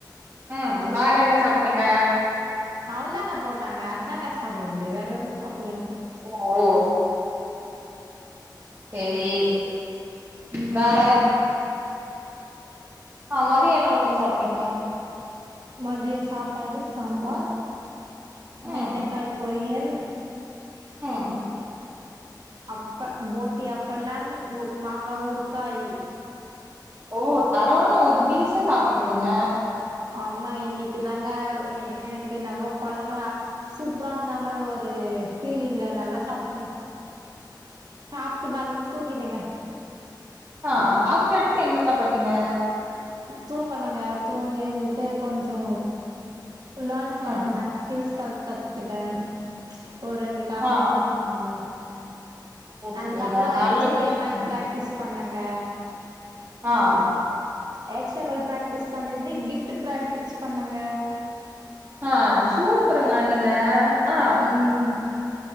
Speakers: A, on the right (about 35°); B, on the right (about 60°).
A: ம் வேற என்ன சாப்டீங்க
B: அவள்த்தாங்க போட்டாங்க அத்தாங்க சாப்ட முடியு வேற ஒண்ணு சாப்பிட்லங்க
A: ஒ ஓ செரி
B: ம்
A: வேற ஆ மதிய என்ன உணவு சாப்டீங்க
B: மதியோ சாப்பாடு சாம்பார்
A: ம்
B: வெண்டைக்காய் பொரியல்
A: ம்
B: அப்ப போட்டி அப்பளம் மாங்கா ஊறுக்காய்
A: ஓ பரவால ஒரு மீல்ஸா சாப்டுக்குறீங்க
B: அம்மா இன்னிக்குதாங்க எ எனக்கு என்னமோ கொழம்பு ஆ சூப்பரா இருந்த மாரி ஒரு ஃபீலுங்க நல்லா சாப்டங்க
A: <inaudible>
B: சாப்ட்டு வந்து தூங்கிட்டங்க
A: ஆ அதுக்கடுத்து என்னென்ன பண்ணீங்க
B: தூங்கணுங்க தூங்கி ஏந்துட்டு கொஞ்சோ லேர்ன் பண்ண
A: ம்
B: கில்ஸ் கால் கத்துக்கிட்டே ஒரு ரெண்டு டாபிக்
A: ஆ
B: லேர்ன் பண்ணே
A: ஓகேங்க
B: அதுக்கப்புறோ
A: நல்ல
B: ஹெச்
A: விஷயோ
B: டி எம் எல் பிராக்டிஸ் பண்ணங்க
A: ஆ
B: ஹச் எம் எல் பிராக்டிஸ் பண்ணிட்டு கிட்டு பிராக்டிஸ் பண்ணங்க
A: அ சூப்பருங்க நீங்க அ
B: ம்